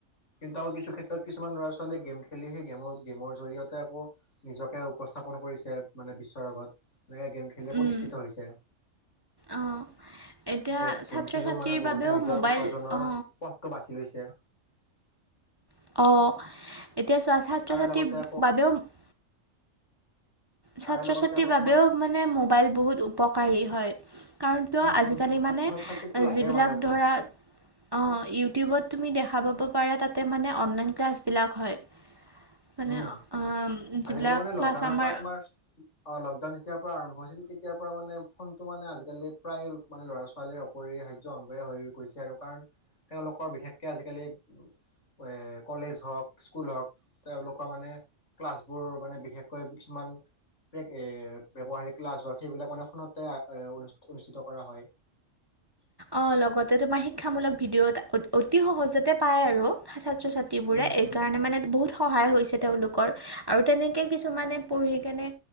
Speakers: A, on the left (about 65°); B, on the right (about 20°).
A: কীনতা কিছু ক্ষেত্ৰত কিছুমান ল'ৰা ছোৱালীয়ে গেম খেলি সেই গেমৰ গেমৰ জৰিয়তে আকৌ। নিজকে উপস্থাপন কৰিছে মানে বিশ্বৰ আগত এনেকে গেম খেলিয়ে প্ৰতিষ্ঠিত
B: উম
A: হৈছে।
B: অঁ এতিয়া
A: যে গেম
B: ছাত্ৰ
A: খেলিও
B: ছাত্ৰীৰ
A: মানে বহুতে
B: বাবেও
A: নিজৰ
B: মোবাইল
A: উপাৰ্জনৰ
B: অ।
A: পথটো বাছি লৈছে।
B: অঁ এতিয়া চোৱা
A: তাৰ
B: ছাত্ৰ-ছাত্ৰীৰ
A: লগতে আকৌ
B: বাবেও। ছাত্ৰ
A: তাৰে লগতে
B: ছাত্ৰীৰ
A: আকৌ
B: বাবেও
A: তোমাৰ।
B: মানে মোবাইল বহুত উপকাৰী হয়। কাৰণ কিয়
A: উম
B: আজিকালি
A: উম উম ছাত্ৰ
B: মানে
A: ছাত্ৰীকতো লাগে
B: যিবিলাক
A: মানে ফোন।
B: ধৰা। অঁ ইউটিউবত তুমি দেখা পাব পাৰা তাতে মানে অনলাইন ক্লাছ বিলাক হয়। মানে
A: উম
B: অ
A: আজিকালি
B: যিবিলাক
A: মানে
B: ক্লাছ
A: লকডাউনৰ
B: আমাৰ।
A: পৰা তোমাৰ অ', লকডাউন যেতিয়াৰ পৰা আৰম্ভ হৈছিল তেতিয়াৰ পৰা মানে ফোনটো মানে আজিকালি প্ৰায়। মানে ল'ৰা ছোৱালীৰ অপৰি সাৰ্য অংগই হৈ গৈছে আৰু কাৰণ তেওঁলোকৰ বিশেষকে আজিকালি। এ কলেজ হওক স্কুল হওক। তেওঁলোকৰ মানে ক্লাছবোৰ মানে বিশেষকৈ কিছুমান। এ ব্যৱহাৰিক লাজক সেইবিলাকনেখনতে অনুষ্ঠিত কৰা হয়।
B: অ', লগতে তোমাৰ শিক্ষামূলক ভিডিঅ' অতি সহজতে পায় আৰু ছাত্ৰ ছা। ত্ৰি বোৰে
A: উম
B: এই
A: উম
B: কাৰণে মানে বহুত। সহায় হৈছে তেওঁলোকৰ আৰু তেনেকেই কিছুমানে পঢ়ি কেনে